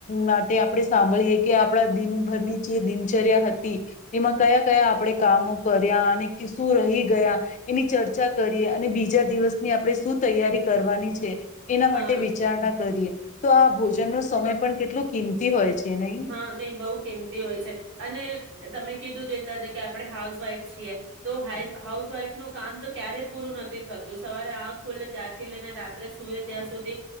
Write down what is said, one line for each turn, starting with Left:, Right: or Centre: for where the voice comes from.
Left: માટે આપણે સાંભળીએ કે આ આપણા દિનભરની જે દિનચર્યા હતી એમાં કયા કયા આપણેે કામો કર્યા અને શું રહી ગયા એની ચર્ચા કરીએ અને બીજા દિવસની આપણેે શું તૈયારી કરવાની છે. <inaudible> એના
Right: હા
Left: માટે વિચારણા કરીએ તો આ ભોજનનો સમય કેટલું કિંમતી હોય છે. નહી
Right: હા નહી બહુ કિંમતી હોય છે. અને તમે કીધું જે તા જે, કે આપડણે હાઉસવાઈફ છીએ તો હા હાઉસવાઈફ નું કામ તો ક્યારેય પૂરું નથી થતું, સવારે આગ ખુલે ત્યારથી લઈને રાત્રે સુએ ત્યાં સુધી